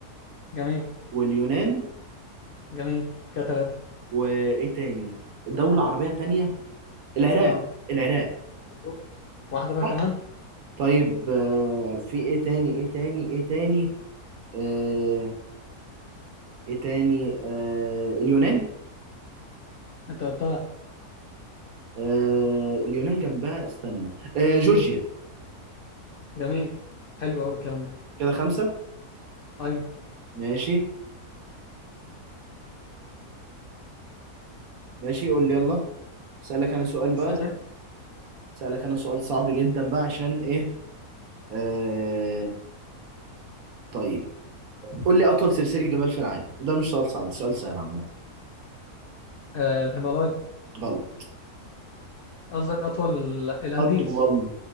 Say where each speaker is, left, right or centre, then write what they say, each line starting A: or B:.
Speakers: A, on the left (about 70°); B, on the right (about 65°).
A: جميل
B: واليونان
A: جميل كده ثلاثه
B: وايه تاني دولة عربية تانية العراق
A: اه
B: العراق
A: مظبوط واحده بقى
B: صح
A: كمان
B: طيب آه، في ايه تاني ايه تاني ايه تاني آه، ايه تاني آه، اليونان
A: انت قلتها
B: آه، اليونان جنبها استنى آه، جورجيا
A: جميل حلو قوي الكلام ده
B: كده خمسة
A: ايوه
B: ماشي ماشي قول لي يلا سألك انا سؤال بقى
A: استنى
B: سألك انا سؤال صعب جدا بقى عشان ايه آه، طيب قول لي اطول سلسلة جبال في العالم ده مش سؤال صعب ده سؤال سهل عامة
A: آه الهيمالايا
B: غلط
A: قصدك اطول الانديز
B: اطول